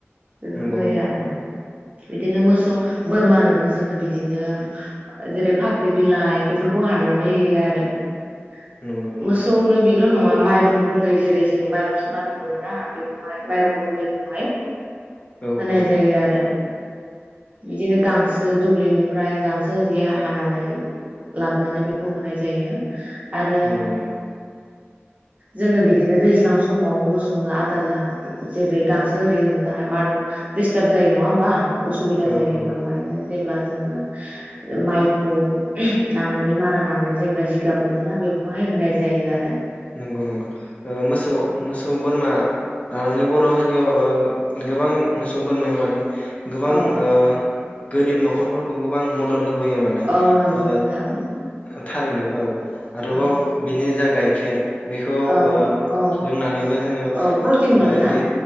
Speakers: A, on the right (about 35°); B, on the left (about 30°).
A: बेफोरखौ
B: नंगौ
A: होयो
B: नंगौ
A: आरो बिदिनो मो <inaudible> बोरमानोबो जोङो बिदिनो। जेरै फाख्रि बिलाइ। बेफोरखौ हाननानै होयो आरो। <inaudible>
B: नंगौ नंगौ
A: मोसौनो बिल' नङा माइरं गुनदै जेरै जोङो माइरं सुनानै मोनोना बेखौहाय माइरं रुनदैखौ खौहाय
B: औ
A: होनाय
B: औ
A: जायो आरो बिदिनो गांसो दुब्लिनिफ्राय गांसो आरिया हानानै लाबोनानै बेखौ होनाय जायो आरो
B: नंगौ नंगौ
A: जोङो बिदिनो दैज्लां समाव मोसौनो आदार जेरै गांसो गांसो आरि होनो थाखाय दिस्टार्ब जायो नङा होमबा असुबिदा
B: औ
A: जायो
B: औ
A: बेवहायनो जेब्ला जोङो माइखौ नानानै मारा नानानै जेब्ला जिगाब मोनोना बेखौहाय होनाय जायो आरो
B: नंगौ नंगौ मोसौ मोसौ बोरमा लानानै बर' हारियाव गोबां मोसौ बोरमाया माने गोबां
A: औ
B: ओ गोरिब न'खरफोरखौबो बां मदद होबोयो माने
A: औ नंगौ
B: ओ
A: नोंथां
B: ओ थारैनो औ आरोबाव
A: औ
B: बिनि जा गाय खेर बेखौ
A: औ
B: ओ
A: औ
B: लोंनानैबो जोङो
A: औ प्रटिन मोनोना
B: ओ दे